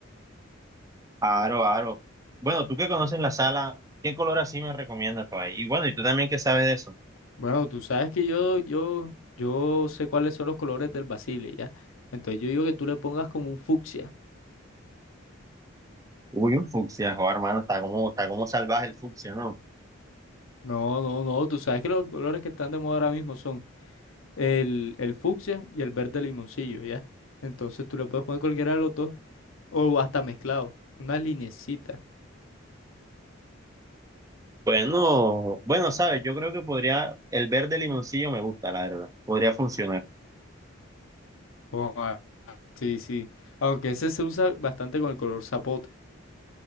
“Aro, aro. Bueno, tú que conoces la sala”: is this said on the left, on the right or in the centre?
Right